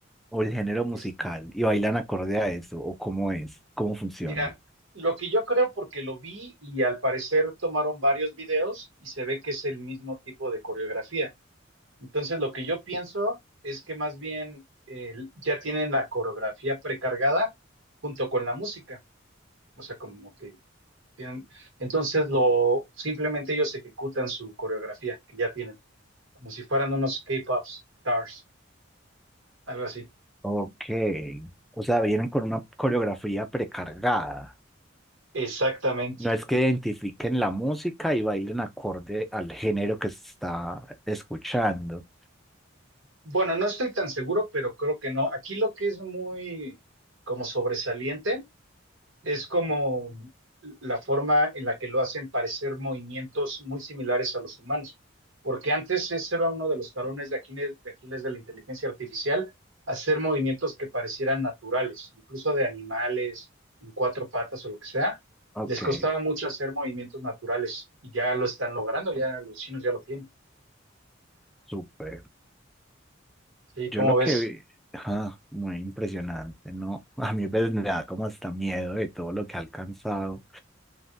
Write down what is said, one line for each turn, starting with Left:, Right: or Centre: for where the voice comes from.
Centre: o el género musical
Right: Es-
Centre: y bailan acorde a eso o cómo es, cómo funciona.
Right: mira, lo que yo creo, porque lo vi y al parecer tomaron varios videos y se ve que es el mismo tipo de coreografía. Entonces, lo que yo pienso es que más bien eh, ya tienen la coreografía precargada junto con la música. O sea, como que tienen. Entonces, lo simplemente ellos ejecutan su coreografía que ya tienen, como si fueran unos K-pop stars, algo así.
Centre: Ok, o sea, vienen con una coreografía precargada.
Right: Exactamente.
Centre: No es que identifiquen la música y bailen acorde al género que se está escuchando.
Right: Bueno, no estoy tan seguro, pero creo que no. Aquí lo que es muy como sobresaliente es como la forma en la que lo hacen parecer movimientos muy similares a los humanos, porque antes ese era uno de los tarones de Aquiles, de Aquiles de la inteligencia artificial, hacer movimientos que parecieran naturales, incluso de animales, en cuatro patas o lo que sea,
Centre: Ok,
Right: les costaba mucho hacer movimientos naturales y ya lo están logrando, ya los chinos ya lo tienen.
Centre: súper.
Right: Sí,
Centre: Yo
Right: ¿cómo
Centre: lo
Right: ves?
Centre: que vi, ah, muy impresionante, ¿no? <laughs> A mí a veces me da como hasta miedo de todo lo que ha alcanzado.